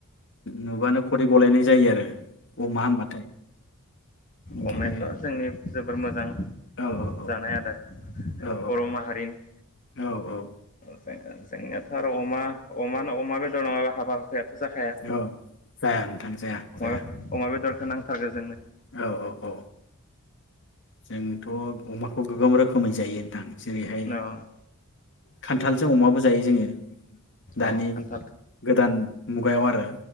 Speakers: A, on the left (about 55°); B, on the left (about 35°).
A: नुबानो खदै गलायनाय जायो आरो अमा होनबाथाय ओंखायनो
B: अमायाथ' जोंनि जोबोर मोजां
A: औ औ औ
B: जानाय आदार
A: औ
B: बर' माहारिनि
A: औ औ
B: जो जों-जोंनियाथ' आरो अमा अमा अमा बेदर नङाबा हाबा जाखाया
A: औ जाया नोंथां जाया जाया
B: अमा बेदर इखो नांथारगो जोंनो
A: औ औ औ जोंथ' अमाखौ गोबां रोखोमै जायो नोंथां जेरैहाय
B: न'
A: खान्थालजों अमाबो जायो जोङो दानि
B: अ खान्थाल
A: गोदान मुगायाव आरो